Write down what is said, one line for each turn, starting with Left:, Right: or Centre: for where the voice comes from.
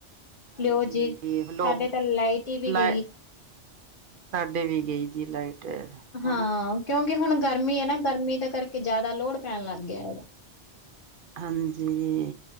Right: ਹਾਂਜੀ
Left: ਲਿਓ ਜੀ
Right: ਹਾਂਜੀ
Left: ਸਾਡੇ
Right: ਹਲੋ
Left: ਤਾਂ ਲਾਈਟ ਹੀ ਵੀ
Right: ਲਾਈ
Left: ਗਈ।
Right: ਸਾਡੇ ਵੀ ਗਈ ਜੀ ਲਾਈਟ
Left: ਹਾਂ
Right: ਹੁਣ
Left: ਕਿਉਂਕਿ ਹੁਣ ਗਰਮੀ ਹੈ ਨਾ ਗਰਮੀ ਦੇ ਕਰਕੇ ਜ਼ਿਆਦਾ ਲੋੜ ਪੈਣ ਲੱਗ ਗਿਐਂ।
Right: ਹਾਂਜੀ